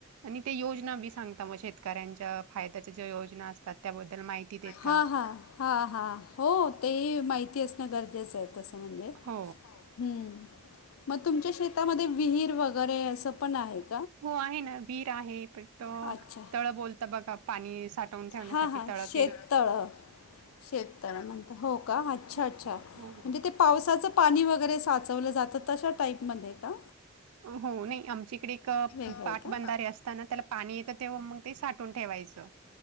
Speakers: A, on the right; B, on the left.
A: आणि ते योजना बी सांगता, मग शेतकऱ्यांच्या फायद्याच्या ज्या योजना असतात त्याबद्दल माहिती देता
B: हा हा हा हा, हो तेही माहिती असणं गरजेचं आहे. तसं म्हणजे,,
A: हो
B: हम्म,, मग तुमच्या शेतामध्ये विहीर वगैरे असं पण आहेत.
A: हो आहे ना, विहीर आहे पत्त-
B: अच्छा.
A: - तळं बोलता बघा, पाणी साठवून ठेवण्यासाठी
B: हां हां
A: तळक
B: शेततळं,, शेततळं म्हणता हो का अच्छा
A: हो
B: अच्छा, म्हणजे ते पावसाचं पाणी वगैरे साचवलं जातं तशा टाईपमध्ये का?
A: हो नाही, आमच्याईकडे एक
B: वेगळं
A: पाटबंधारे
B: आहे का?
A: असताना त्याला पाणी येतं तेव्हा मग ते साठ साठवून ठेवायचं